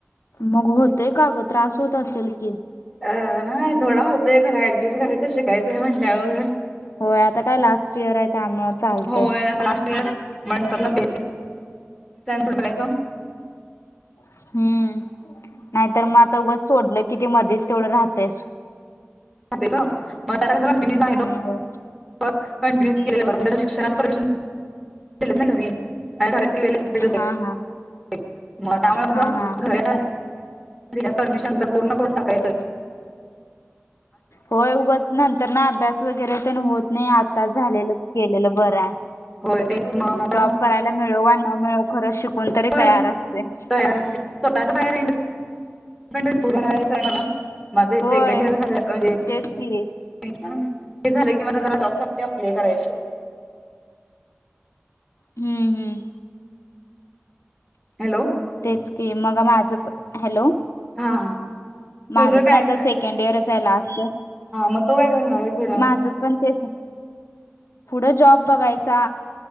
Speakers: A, on the left (about 75°); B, in the centre.
A: मगं होतयं का. गं त्रास होत. असेल कि.
B: अ नाही थोडा होतोयं खरं ऍडजस्ट करायचं शिकायचंय म्हणल्यावर
A: होय आता काय लास्ट इयर आहे त्यामुळे चालतयं.
B: होय लास्ट इयर. म्हणतात ना <inaudible> प थोडयचं
A: हम्म, नाहीतर मग आता उगचं सोडलं कि ते मध्येच तेवढं राहतयं.
B: ग मग <unintelligible> त्या की सांग
A: हो.
B: कंटिन्य <unintelligible> केलें शिक्षणा परमिशन दि घरी घरात वे
A: हा हा
B: <unintelligible> मनामुळे
A: हा हा
B: क घ
A: मग
B: दिलं परमिशन तर पूर्ण करून टाकायचं.
A: हो उगच नंतर ना अभ्यास वगैरे होत. नाही. आताचं झालेलं. केलेलं बरं आहे.
B: होय तेच मग आता
A: जॉब. करायला मिळो वा ना मिळो खरचं शिकून तरी
B: होय
A: तयार असते.
B: <inaudible> स्वतःच्या <inaudible> बाहेरू रायचंय मला बाकी सेकंड
A: होय
B: ईयर झालं म्हणजे.
A: तेच की
B: ते झालं की मला जॉब साठी अप्लाय करायचं.
A: हम्म, हम्म,
B: हॅलो!
A: तेचं कि मगं माझं हॅलो!
B: हा,
A: माझं
B: मंग तुझं
A: पण
B: काय
A: आता सेकंड इयरच आहे लास्ट
B: मग तू काय करणार पुढं.
A: माझं पण त्याचं आहे. पुढं जॉब बघायचा.